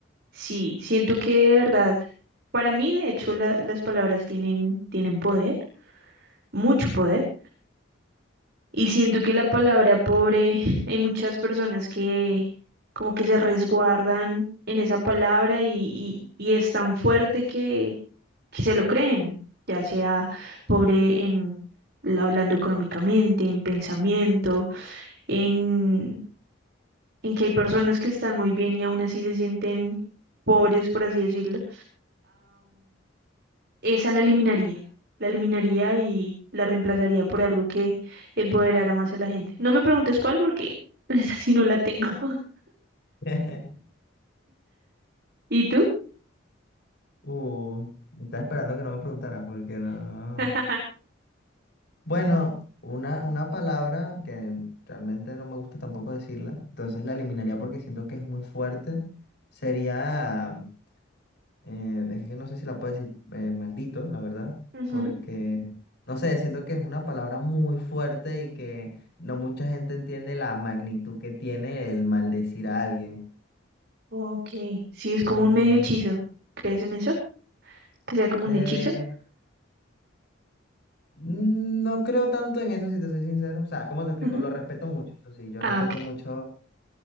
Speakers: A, on the right; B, on the left.
A: Sí, siento que de verdad. Para mí, de hecho, la- las palabras tienen, tienen poder, mucho poder. Y siento que la palabra pobre, hay muchas personas que como que se resguardan en esa palabra y, y, y es tan fuerte que, que se lo creen, ya sea pobre en hablando económicamente, en pensamiento, en, en que hay personas que están muy bien y aún así se sienten pobres, por así decirlo esa la eliminaría. La eliminaría y la reemplazaría por algo que empoderara más a la gente. No me preguntes cuál porque <laughs> esa sí no la tengo. <laughs>
B: <laughs>
A: ¿Y tú?
B: Uh, estaba esperando que no me preguntaras porque no.
A: <laughs>
B: Bueno, una, una palabra que realmente no me gusta tampoco decirla, entonces la eliminaría porque siento que es muy fuerte, sería, eh, es que no sé si la puedo decir eh, maldito, la verdad,
A: Ujú.
B: porque, no sé, siento que es una palabra muy fuerte y que no mucha gente entiende la magnitud que tiene el maldecir a alguien.
A: Ok. Sí, es
B: Entonces,
A: como un medio hechizo. ¿Crees en eso? Que sea como
B: eh,
A: un hechizo.
B: no creo tanto en eso, si te soy sincero. O sea, ¿cómo te explico?
A: Ujú.
B: Lo respeto mucho, eso sí, yo
A: Ah,
B: respeto
A: ok.
B: mucho